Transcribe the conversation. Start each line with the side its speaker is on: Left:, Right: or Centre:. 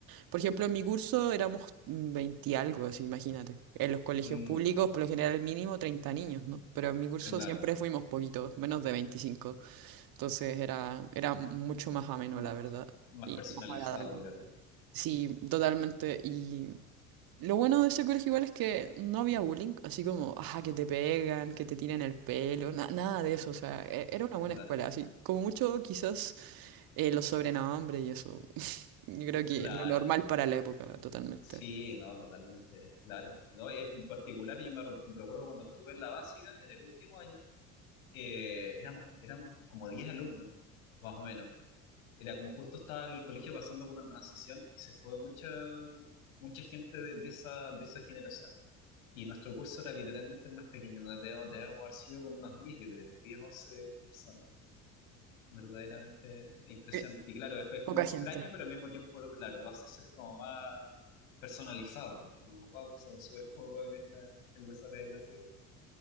Right: Por ejemplo, en mi curso éramos 20 y algo, así, imagínate. En los colegios
Left: Mm,
Right: públicos, por lo general, el mínimo 30 niños, ¿no? Pero en mi curso
Left: claro,
Right: siempre fuimos poquitos, menos de veinticinco entonces era, era mucho más ameno,
Left: más,
Right: la verdad,
Left: más
Right: y
Left: personalizado,
Right: más agradable.
Left: claro,
Right: Sí, totalmente. Y lo bueno de ese colegio igual es que no había bullying, así como, ajá, que te pegan, que te tiran el pelo, na- nada de eso. O sea, e- era una
Left: claro,
Right: buena escuela, así como mucho quizás eh, los sobrenombres y eso. <laughs> Yo creo que
Left: claro.
Right: lo normal para la época, totalmente.
Left: Sí, no, totalmente, claro. No, en particular yo me re- recuerdo cuando estuve en la básica, en el último año, eh, éramos, éramos como 10 alumnos, más o menos. Era como justo estaba el colegio pasando por una transición y se fue mucha, mucha gente de, de esa, de esa generación. Y nuestro curso era literalmente el más pequeño, no debemos, debemos haber sido como unos 10 yo creo, 10, 11 personas. Verdaderamente impresionante.
Right: Eh,
Left: Y claro, es, es como
Right: poca
Left: extraño,
Right: gente.
Left: pero al mismo tiempo, claro, lo hace ser como más personalizado. Es como, wow, somos súper pocos en la, en la sala de clase.